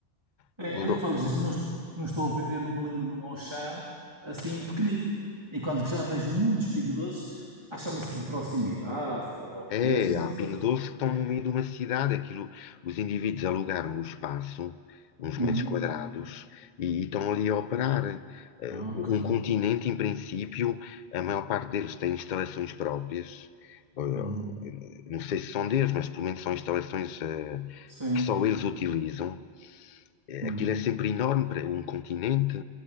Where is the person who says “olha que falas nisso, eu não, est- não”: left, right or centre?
Right